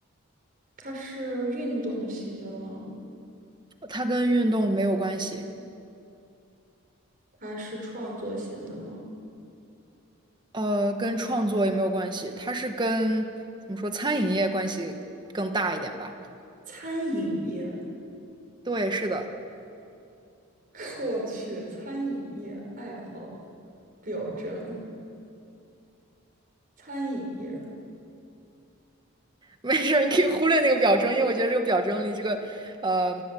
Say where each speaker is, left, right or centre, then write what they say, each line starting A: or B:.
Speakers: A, on the right (about 40°); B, on the right (about 20°).
A: 它是运动型的吗？
B: 它跟运动没有关系，
A: 它是创作型的吗？
B: 呃，跟创作也没有关系，它是跟怎么说餐饮业关系更大一点吧？
A: 餐饮业，
B: 对，是的，
A: <laughs> 我去，餐饮业爱好表征，餐饮业
B: 没事儿，你可以忽略那个表征，因为我觉得这个表征离这个呃